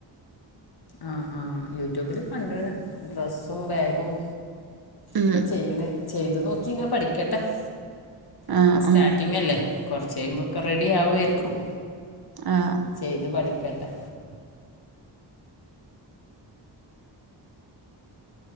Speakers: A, on the left; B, on the right.
A: ആഹ് ആ യൂട്യൂബില് കണ്ടണ് ഡ്രസ്സും ബാഗും
B: ഉം
A: ഇപ്പൊ ചെയ്യണ് ചെയ്തു നോക്കി ങ്ഞാൻ പഠിക്കട്ടെ, !
B: ആഹ്
A: ഇപ്പ സ്റ്റാർട്ടിങ്
B: ആഹ്
A: അല്ലേ കുറച്ച കഴിയുമ്പോൊക്കെ റെഡി ആവുായിരിക്കും
B: ആഹ
A: ചെയ്തു പഠിക്കട്ടെ.
B: <inaudible>